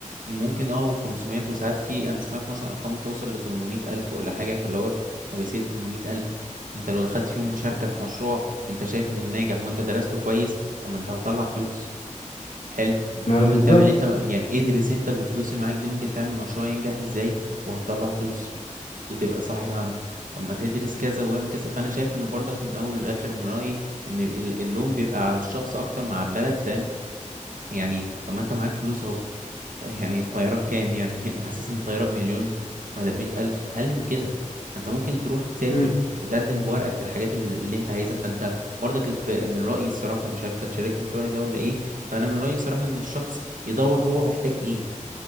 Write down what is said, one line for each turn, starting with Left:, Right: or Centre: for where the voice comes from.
Right: ممكن اه و500 وساعات في انا سمعت مثلا ارقام توصل ل 800 الف ولا حاجه فاللي هو طب يا سيدي 800 الف انت لو دخلت فيهم مشاركه في مشروع انت شايف انه ناجح وانت درسته كويس طب ما انت هتطلع فلوس حلو
Left: ما
Right: ممكن
Left: بالظبط
Right: تعمل انت يعني ادرس انت بالفلوس اللي معاك دي ممكن تعمل مشروع ينجح ازاي وهتطلع فلوس وتبقى صاحب عمل طب ما تدرس كذا واعمل كذا فانا شايف ان برضك من اول لاخر من رايي ان ال- اللوم بيبقى على الشخص اكتر مع البلد فاهم يعني طب ما انت معاك فلوس اهو طب يعني الطيارة بكام يعني <laughs> محسس ان الطيارة بمليون ولا بمية ألف أقل من كده انت ممكن تروح تسافر
Left: امم
Right: وتقدم بورقك في الحاجات اللي, اللي انت عايزها فانت برضك الف... من رأيي الصراحة مش عارف انت تشاركني في رأيي ده ولا ايه فانا من رأيي الصراحة ان الشخص يدور هو محتاج ايه